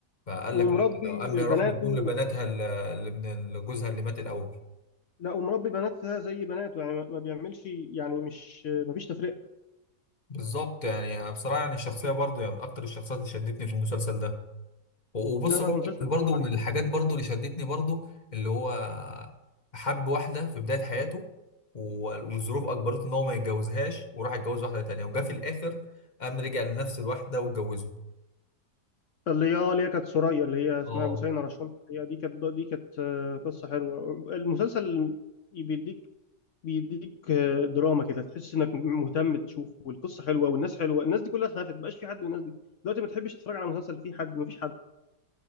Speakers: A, on the left (about 30°); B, on the left (about 60°).
A: فقال
B: ومربي
A: لك لا لو اما راح
B: بناته
A: مديهم لبناتها ال- اللي من ال- جوزها اللي مات الاول
B: لا ومربي بناتها زي بناته يعني ما ما بيعملش يعني مش ما فيش تفرقه
A: بالظبط يعني بصراحه يعني الشخصيه برضه يعني من اكتر الشخصيات اللي شدتني في المسلسل ده وبص
B: لا لا هو مسلسل
A: برضه
B: عبقري
A: من الحاجات برضه اللي شدتني برضه اللي هو حب واحدة في بداية حياته وال- والظروف أجبرته إن هو ما يتجوزهاش وراح يتجوز واحدة تانية وجا في الآخر قام رجع لنفس الواحدة واتجوزه.
B: اللي هي اه اللي هي كانت سوريا اللي هي اسمها
A: اه
B: بوسينة رشوان هي دي كانت دي كانت آه، قصه حلوه المسلسل بيديك بيديك آه، دراما كده تحس انك مهتم تشوف والقصه حلوه والناس حلوه الناس دي كلها اتخلفت ما بقاش في حد من الناس دي دلوقتي ما تحبش تتفرج على مسلسل فيه حد ما فيش حد